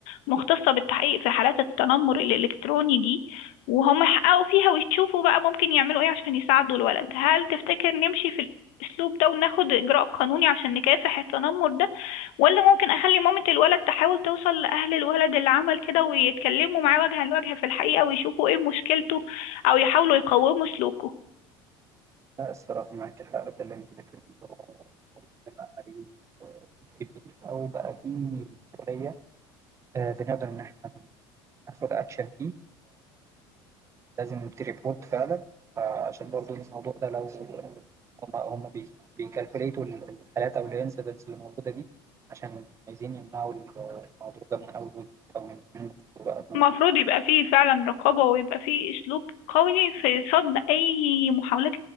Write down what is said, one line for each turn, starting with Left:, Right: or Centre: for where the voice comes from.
Left: مختصه بالتحقيق في حالات التنمر الالكتروني دي وهم يحققوا فيها ويشوفوا بقى ممكن يعملوا ايه عشان يساعدوا الولد هل تفتكر نمشي في الاسلوب ده وناخد اجراء قانوني عشان نكافح التنمر ده ولا ممكن اخلي مامه الولد تحاول توصل لاهل الولد اللي عمل كده ويتكلموا معاه وجها لوجه في الحقيقه ويشوفوا ايه مشكلته او يحاولوا يقوموا سلوكه
Right: لا الصراحه معاك حق في اللي انت بتقوليه هو بيبقى عليه كبير او بقى فيه مسؤوليه آه، بنقدر ان احنا ناخد اكشن فيه لازم نبتدي ريبورت فعلا آه، عشان برضو الموضوع ده لو هم هم بي- بيكالكوليتوا الحالات او الانسيدنتس اللي موجوده دي عشان عايزين يمنعوا الموضوع ده من اول وجديد او من من بقى
Left: المفروض يبقى فيه فعلا رقابة ويبقى فيه أسلوب قوي في صد أي محاولات